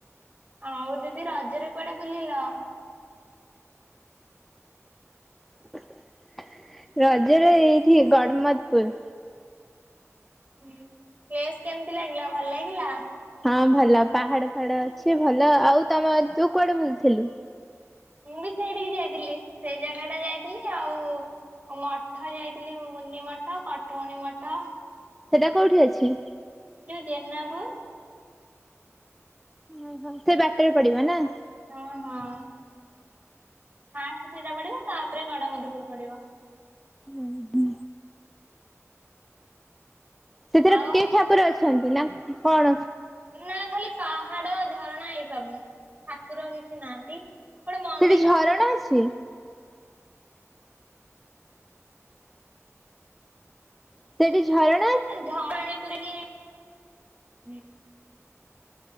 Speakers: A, on the right (about 35°); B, in the centre.
A: ଆଉ ଦିଦି ରଜରେ କୁଆଡେ ବୁଲିଲ!
B: ଉଁ ରଜରେ ଏଇଠି ଗଡମଧୁପୁରୁ!
A: ମୁଁ ଫେସ୍ କେମିତି ଲାଗିଲା ଭଲ ଲାଗିଲା!
B: ହଁ ଭଲ ପାହାଡ ଫାହାଡ ଅଛି, ଭଲ ଆଉ ତମ ତୁ କୁଆଡେ ବୁଲୁଥିଲୁ!
A: ମୁଁ ବି ସେଇଠିକି ଯାଇଥିଲି, ସେଇ ଜାଗାଟା ଯାଇଥିଲି! ଆଉ ମଠ ଯାଇଥିଲି ମୁନି ମଠ କଠଉଣୀ ମଠ!
B: ସେଟା କୋଉଠି ଅଛି!
A: ଯୋଉ ଜେନାପୁରୁ!
B: ଅହ ସେ ବାଟରେ ପଡିବନା!
A: ହଁ ହଁ! ଫାଷ୍ଟେ ସେଇଟା ପଡିବ, ତାପରେ ଗଡମଧପୁର ପଡିବ!
B: ଉଁ ହୁଁ! ସେଥିରେ
A: ଆଉ
B: କି ଠାକୁର ଅଛନ୍ତି, ନା କଣ!
A: ନା ଖାଲି ପାହାଡ ଝରଣା ଏଇ ସବୁ ଠାକୁର କିଚି ନାହାନ୍ତି! ଗୋଟେ ମନ୍ଦିର
B: ସେଇଠି ଝରଣା ଅଛି! ସେଇଠି ଝର
A: ଝରଣିପୁରିକି ହୁଁ!